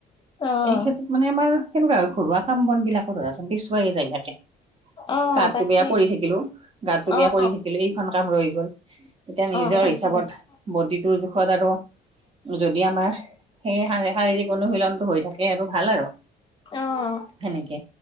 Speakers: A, on the left (about 30°); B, on the right (about 35°).
A: অ'।
B: এই ক্ষেত্ৰত মানে আমাৰ সেনেুৱা হয় ঘৰুৱা কাম বন বিলাকো ধৰাছ বিছৱাইে যাই থাকে
A: অ',
B: গাতটো
A: তাকে
B: বেয়া পৰি থাকিলো গাতটো
A: অ',
B: বেয়া পৰি থাকিলো এই এখন কাম ৰৈ গ'ল এতিয়া নিজৰ
A: অ', তাকে
B: হিচাপত
A: তাকে
B: বডিটোৰ জোখত আৰু যদি আমাৰ শে শা শাৰীৰিক অনুশীলনটো হৈ থাকে আৰু ভাল আৰু।
A: অ',
B: সেনেকে